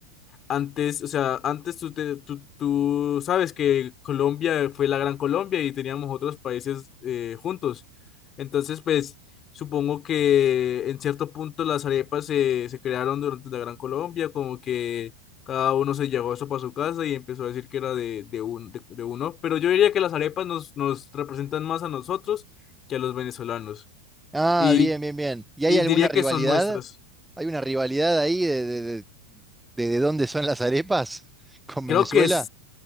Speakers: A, on the left; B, in the centre.
A: Antes, o sea, antes tú, te- tú, tú sabes que Colombia fue la Gran Colombia y teníamos otros países eh, juntos. Entonces, pues supongo que en cierto punto las arepas se, se crearon durante la Gran Colombia, como que cada uno se llevó eso para su casa y empezó a decir que era de, de, un- de- de uno. Pero yo diría que las arepas nos, nos representan más a nosotros que a los venezolanos.
B: Ah,
A: Y,
B: bien, bien, bien. ¿Y
A: y
B: hay alguna
A: diría
B: rivalidad?
A: que son nuestras.
B: ¿Hay una rivalidad ahí de, de de- de- de dónde son las arepas con
A: Creo
B: Venezuela?
A: que